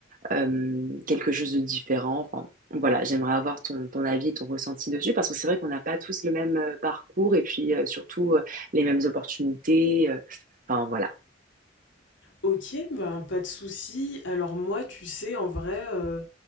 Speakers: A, on the right; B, on the left.
A: euh, quelque chose de différent? Enfin, voilà, j'aimerais avoir ton, ton avis et ton ressenti dessus parce que c'est vrai qu'on n'a pas tous le même euh, parcours et puis euh, surtout euh, les mêmes opportunités. euh, enfin, voilà.
B: Ok, ben pas de souci. Alors moi, tu sais, en vrai, euh,